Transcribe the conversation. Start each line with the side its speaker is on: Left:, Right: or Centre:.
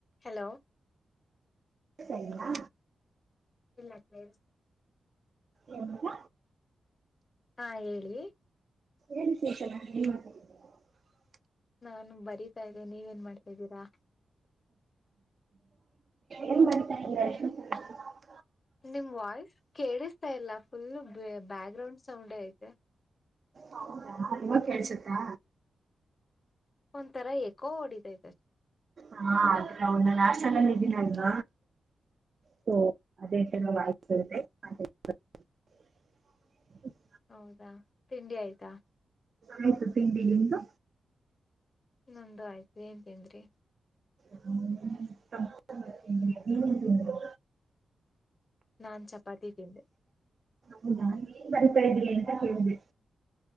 Left: Hello.
Right: ಸರಿನಾ.
Left: ಇಲ್ಲ ಕೇಳ್ಸ್.
Right: ಎನಾಕ್ಕ.
Left: ಹಾ ಹೇಳಿ.
Right: ಏನ್ ಶೇಷನ್ ಏನ್ ಮಾಡ. <unintelligible>
Left: ನಾನು ಬರೀತಾ ಇದ್ದೆ ನೀವೇನ್ ಮಾಡ್ತಾದ್ದೀರಾ.
Right: ಏನ್ ಬರಿತ ಇದ್ಯಾ. <unintelligible>
Left: ನಿಮ್ ವಾಯ್ಸ್ ಕೇಳುಸ್ ತ್ತ ಇಲ್ಲ ಫುಲ್ಲು ಬ್ಯಾ ಬ್ಯಾಗ್ ಗ್ರೌಂಡ್ ಸೌಂಡೇ ಐತೆ.
Right: ಹೌದಾ ಇವಾಗ್ ಕೇಳ್ಸುತ್ತಾ.
Left: ಒಂತರಾ ಎಕೋ ಓಡಿತೈ
Right: ಹಾ ಅಂದ್ರೆ ಅವ್ನ್ ನಾ ಹಾಸ್ಟೆಲಲ್ಲಿ ಇನ್ನೇಡ್ವ. ಸೊ ಅದೇ. ಇನ್ನು ಆಕೆಯಲ್ಲೇ. <unintelligible>
Left: ಹೌದಾ ತಿಂಡಿ ಆಯ್ತಾ.
Right: ಆಯ್ತು ತಿಂಡಿ ನಿಮ್ದು.
Left: ನಂದು ಆಯ್ತು ಏನ್ ತಿನ್ರಿ.
Right: ನಾನು ಟೊಮೇಟೊ ಬಾತ್ ತಿಂದೆ ನೀವ್ ಏನ್ ತಿಂದ್ರಿ.
Left: ನಾನ್ ಚಪಾತಿ ತಿಂದೆ.
Right: ಹೌದ ಏನ್ ಬರಿತ್ತಾ ಇದ್ರಿ ಅಂತ ಕೇಳ್ದೆ.